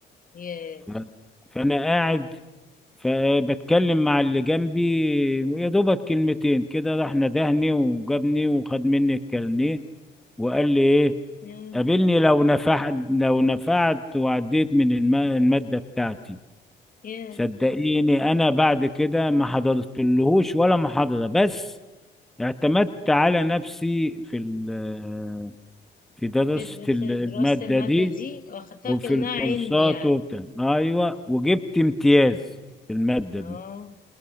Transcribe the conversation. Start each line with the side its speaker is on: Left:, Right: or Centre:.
Left: ياه
Centre: ف- فأنا قاعد فبتكلم مع اللي جنبي يا دوبك كلمتين كده راح ندهني وجابني وخد مني الكارنيه وقال لي إيه
Left: مم،
Centre: قابلني لو نفعت لو نفعت وعديت من الم- المادة بتاعتي
Left: ياه
Centre: صدقيني أنا بعد كده ما حضرتلهوش ولا محاضرة بس اعتمدت على نفسي في ال في درست
Left: في
Centre: ال-
Left: في
Centre: المادة
Left: دراسة المادة
Centre: دي
Left: دي واخدتها
Centre: وفي
Left: كأنها
Centre: الكورسات
Left: عندي يعني
Centre: وبتاع ايوه وجبت امتياز في المادة
Left: اه
Centre: دي